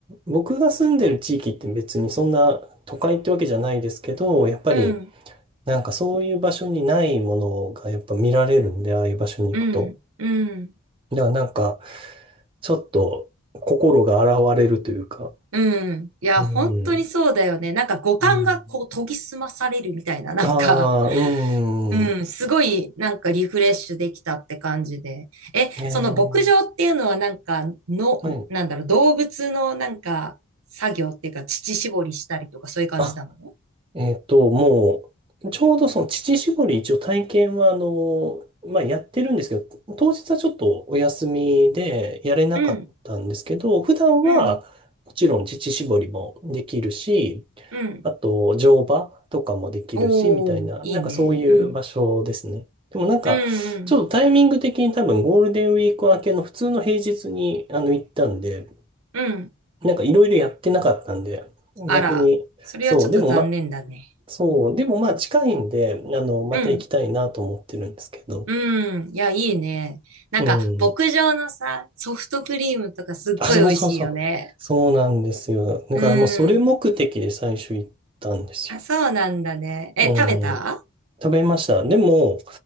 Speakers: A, on the right (about 25°); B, on the right (about 75°).
A: 僕が住んでる地域って別にそんな都会ってわけじゃないですけど、やっぱり
B: うん、
A: なんかそういう場所にないものがやっぱ見られるんで、ああいう場所に行くと。
B: うん、うん、
A: だからなんか、ちょっと心が洗われるというか、
B: うん。いや、
A: うん、
B: 本当にそうだよね。なんか五感がこう研ぎ澄まされるみたいな、
A: うん。
B: なんか、
A: ああ、う
B: うん、
A: ん。
B: すごいなんかリフレッシュできたって感じで。え、
A: ええ
B: その牧場っていうのはなんか、の、
A: はい。
B: なんだろう、動物のなんか作業っていうか、乳搾りしたりとかそういう感じなの
A: あえっと、もう、ちょうどその乳搾り一応体験は、あの、まあ、やってるんですけど、当日はちょっとお休みでやれなかったんですけど、
B: うん、
A: 普段はもちろん乳搾りもできるし、
B: うん、うん。
A: あと乗馬とかもできるし、
B: おー、
A: みたいな、
B: いいね。
A: なんかそういう場所ですね。
B: うん、
A: でもなんか、
B: うん、
A: ちょっとタイミング的に多分ゴールデンウィーク明けの普通の平日にあの行ったんで、
B: うん、うん。
A: なんかいろいろやってなかったんで、
B: あら、
A: 逆に、
B: それはちょっと残念だね。
A: そう、でもま、そう、でもまあ近いんで、あの、また行きたいなと思ってるんですけど。
B: うん。うん。いや、いいね。なんか、
A: うん。
B: 牧場のさ、ソフトクリームとかすっごい美味しいよね。
A: あ、そうそうそう。そうなんですよ。だからもうそれ目的で最初行ったんですよ。
B: うん。あ、そうなんだね。え、
A: うん。
B: 食べた
A: 食べました。でも、